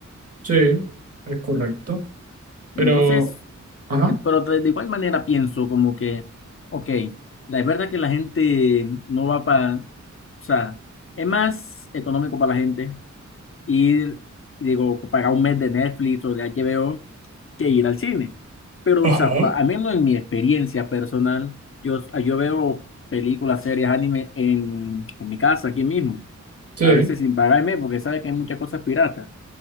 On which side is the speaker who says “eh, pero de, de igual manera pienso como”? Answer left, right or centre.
Left